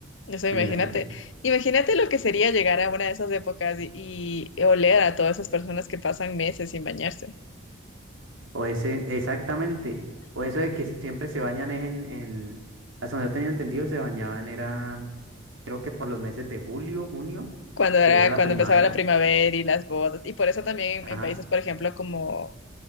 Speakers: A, on the left; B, on the right.
A: Eso,
B: Mucho
A: imagínate,
B: nivel.
A: imagínate lo que sería llegar a una de esas épocas y, y oler a todas esas personas que pasan meses sin bañarse.
B: O ese, exactamente. O eso de que siempre se bañan es en, en, hasta donde yo tenía entendido, se bañaban, era, creo que por los meses de julio, junio,
A: Cuando
B: que
A: era,
B: era la
A: cuando
B: primavera.
A: empezaba la primavera y las bodas. Y por eso también
B: Ajá.
A: en países, por ejemplo, como